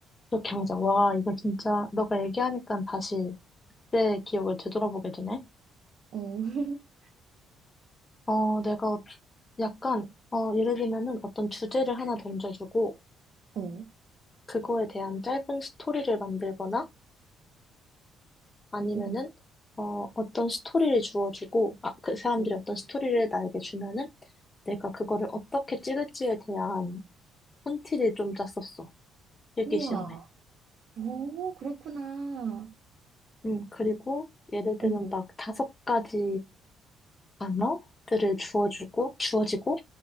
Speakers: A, on the left (about 30°); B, on the right (about 60°).
A: 이렇게 하자. 와, 이거 진짜, 너가 얘기하니까 다시 내 기억을 되돌아보게 되네.
B: 어, <laughs>
A: 어, 내가 약간, 어, 예를 들면은 어떤 주제를 하나 던져주고,
B: 어,
A: 그거에 대한 짧은 스토리를 만들거나 아니면은
B: 어,
A: 어, 어떤 스토리를 주어주고 아, 그 사람들이
B: 어.
A: 어떤 스토리를 나에게 주면은 내가 그거를 어떻게 찍을지에 대한 콘티를 좀 짰었어. 필기
B: 우와.
A: 시험에.
B: 오, 그렇구나.
A: 음, 그리고 예를 들면
B: 어,
A: 막 다섯 가지 단어들을 주어주고 주어지고